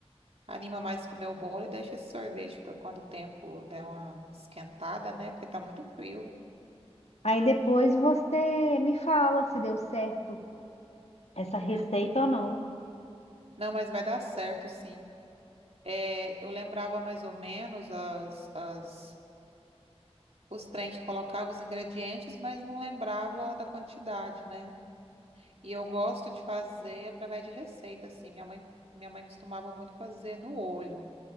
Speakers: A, on the right (about 65°); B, on the left (about 75°).
A: anima mais com o meu bolo e deixa esse sorvete para quando o tempo der uma esquentada, né? Porque tá muito frio.
B: Aí depois você me fala se deu certo essa receita
A: Uhum.
B: ou não.
A: Não, mas vai dar certo, sim. É, eu lembrava mais ou menos as, as, os trem que colocava os ingredientes, mas não lembrava da quantidade, né? E eu gosto de fazer através de receita, assim. Minha mãe, minha mãe costumava muito fazer no olho.